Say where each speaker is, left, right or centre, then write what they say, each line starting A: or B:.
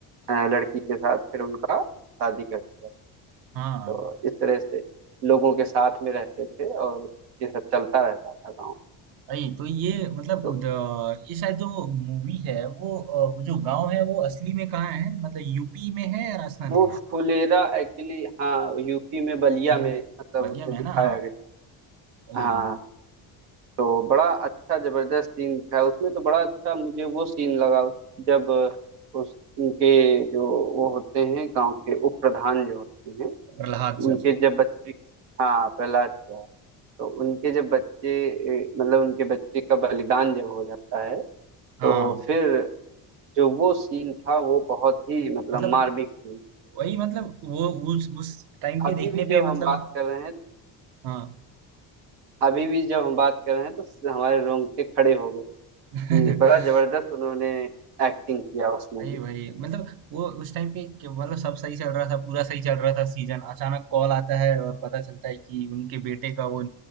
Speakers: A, on the right (about 85°); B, on the right (about 45°).
A: अ, लड़की के साथ फिर उनका शादी कर दिया
B: हाँ
A: तो इस तरह से लोगों के साथ में रहते थे और ये सब चलता रहता था गांव
B: भाई तो ये मतलब
A: तो
B: द- ये शायद जो मूवी है वो अ, वो जो गांव है वो असली में कहाँ है मतलब यूपी में है या राजस्थान
A: वो
B: में है
A: फुलेरा एक्चुअली हाँ यूपी में बलिया
B: यू
A: में मतलब
B: बलिया
A: उसमें
B: में
A: दिखाया
B: है ना
A: गया
B: हाँ
A: हाँ तो बड़ा अच्छा जबरदस्त सीन था उसमें तो बड़ा अच्छा मुझे वो सीन लगा जब उस उनके जो वो होते हैं गांव के उप प्रधान जो होते हैं
B: प्रहलाद
A: उनके
B: चाचा
A: जब बच्चे हाँ प्रहलाद का तो उनके जब बच्चे ए, मतलब उनके बच्चे का बलिदान जब हो जाता है
B: हाँ
A: तो फिर जो वो सीन था वो बहुत ही मतलब
B: मतलब
A: मार्मिक सीन
B: वही मतलब वो उस उस टाइम पे
A: अभी
B: देखने
A: भी जब
B: पे
A: हम
B: मतलब
A: बात कर रहे हैं तो-
B: हाँ
A: अभी भी जब हम बात कर रहे हैं तो हमारे रोंगटे खड़े हो
B: <laughs>
A: ये बड़ा जबरदस्त उन्होंने एक्टिंग किया उस मूवी
B: वही
A: में।
B: वही मतलब वो उस टाइम पे कि मतलब सब सही चल रहा था पूरा सही चल रहा था सीजन अचानक कॉल आता है और पता चलता है कि उनके बेटे का वो